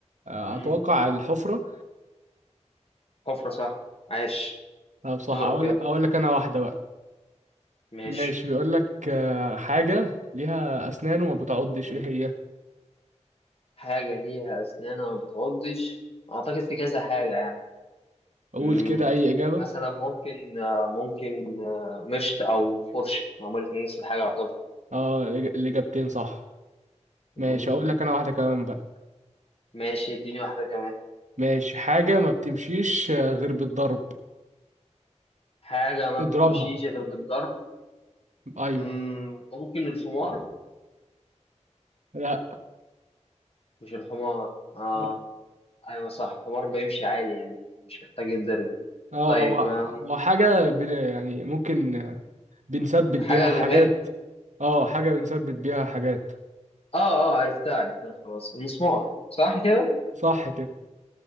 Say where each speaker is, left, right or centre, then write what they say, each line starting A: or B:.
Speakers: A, on the right; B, on the left.
A: آه،
B: امم
A: اتوقع الحفرة
B: حفرة صح عاش
A: لا بصح
B: دورك
A: اقول
B: يلا
A: اقول لك انا واحدة بقى
B: ماشي
A: ماشي بيقول لك آه، حاجة ليها اسنان وما بتعضش
B: مم.
A: ايه هي
B: حاجة ليها اسنان وما بتعضش اعتقد في كذا حاجة يعني
A: قول
B: مم،
A: كده اي اجابة
B: مثلا ممكن آه، ممكن آه، مشط او فرشه ما هما الاتنين نفس الحاجه يعتبر
A: اه الإج- الاجابتين صح
B: مم،
A: ماشي اقول لك انا واحدة كمان بقى
B: ماشي اديني واحده كمان
A: ماشي حاجة ما بتمشيش آه، غير بالضرب
B: حاجه ما
A: اضربها
B: بتمشيش غير بالضرب
A: ايوه
B: مم، ممكن الحمار
A: لا
B: مش الحمار اه
A: لا
B: ايوه صح الحمار بيمشي عادي يعني مش محتاج يتضرب
A: اه
B: طيب
A: هو
B: آم،
A: هو حاجة بن- يعني ممكن بنثبت بيها
B: حاجه
A: حاجات
B: جماد
A: اه حاجة بنثبت بيها حاجات
B: اه اه عرفتها عرفتها خلاص المسمار صح كده
A: صح كده